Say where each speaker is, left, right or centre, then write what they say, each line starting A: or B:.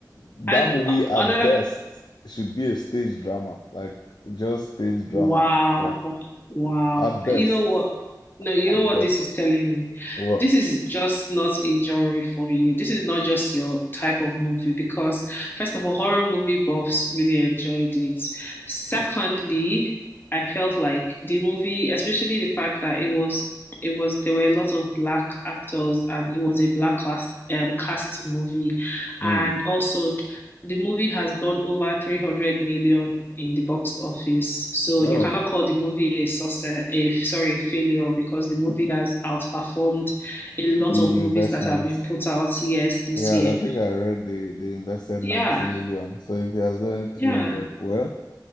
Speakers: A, on the left; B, on the left.
A: that
B: And
A: movie at
B: another
A: best should be a stage drama, like just stage drama.
B: Wow.
A: yeah.
B: Wow.
A: At best,
B: You know what? No, you
A: at
B: know what
A: best.
B: this is telling me?
A: What?
B: This is just not a genre for you. This is not just your type of movie because, first of all, horror movie buffs really enjoyed it. Secondly, I felt like the movie, especially the fact that it was it was there were a lot of black actors and it was a black class um, cast movie.
A: Hmm.
B: And also the movie has done over 300 million in the box office. So
A: Oh
B: you cannot
A: no.
B: call the movie a success, a sorry, a failure because the movie has outperformed a
A: The
B: lot of movies
A: investment.
B: that have been put out yes this
A: Yeah,
B: year.
A: and I think I read they they invested
B: Yeah,
A: 90 million. So if he has gone in 300,
B: yeah.
A: well,